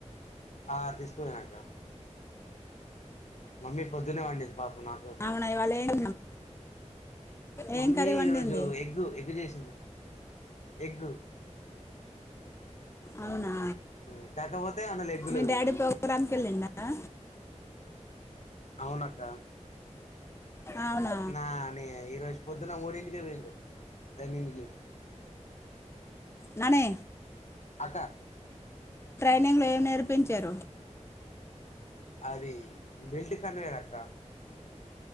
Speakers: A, on the left (about 70°); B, on the left (about 20°).
A: ఆహ్ తీసుకోబోయినక్క మమ్మీ పొద్దునే వాండింద్ పాపం నా కోసం.
B: అవునా ఇవాళ ఏం ఏం
A: మమ్మీ
B: కర్రీ వండింది
A: ఈరోజు ఎగ్గు ఎగ్గు చేసింది. ఎగ్గు
B: అవునా
A: ఉహ్ కాకపోతే అన లెగ్గు
B: మీ
A: లేవ్
B: డాడీ ప్రోగ్రామ్కి వెళ్ళిండా
A: అవునాక్క
B: అవునా
A: నా నే ఈరోజ్ పొద్దున్న మూడింటికే వోయిండు ట్రైనింగ్ కి
B: ననే
A: అక్క
B: గ్లు ఏం నేర్పించారు.
A: అది బిల్డ్ కన్వేరక్క